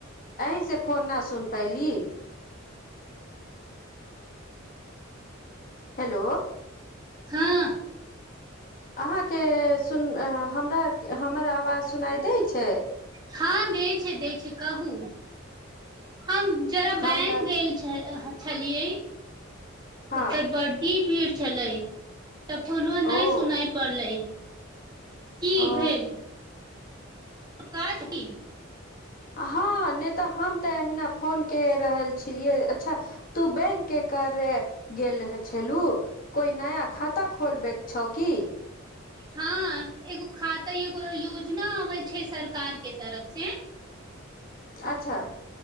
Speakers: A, on the left; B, on the right.
A: एहि से फोन ना सुन पैली। हेलो
B: हँ
A: अहाँके सुन हमरा हमर आवाज सुनाइ दै छैय?
B: हँ दै छैय दै छैय कहू। हम जरा
A: हम
B: बैंक
A: तऽ
B: गेल छलियए
A: हँ
B: उत्तर बटी भीड़ छलै तऽ फोनो नहि
A: ओ
B: सुनाय पड़लय। की
A: ओ
B: भेल? कहा छी?
A: हँ नहि तऽ हम तऽ अहिना फोन काय रहल छलियै अच्छा तू बैंकके करे गेल छलू कोई नया खाता खोलबैक छौ की?
B: हँ एगो खाता एगो योजना अबै छैय सरकार के तरफ से।
A: अच्छा